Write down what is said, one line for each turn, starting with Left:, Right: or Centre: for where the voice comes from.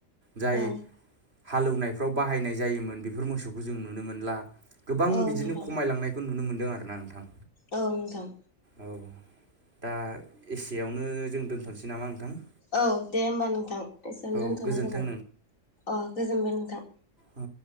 Right: जाय।
Left: औ
Right: हालेवनायफ्राव बाहायनाय जायोमोन बेफोर मोसौखौ जों नुनो मोनला गोबां
Left: औ
Right: बिदिनो।
Left: नोंथां
Right: खमायलांनायखौ नुनो मोनदों आरो ना नोंथां।
Left: औ नोंथां।
Right: औ दा एसेयावनो जों दोनथ'नोसै नामा नोंथां।
Left: औ दे होमबा नोंथां एसेबनो
Right: औ
Left: दोनथ'नाय
Right: गोजोन्थों
Left: जाबाय अ गोजोनबाय नोंथां।
Right: औ।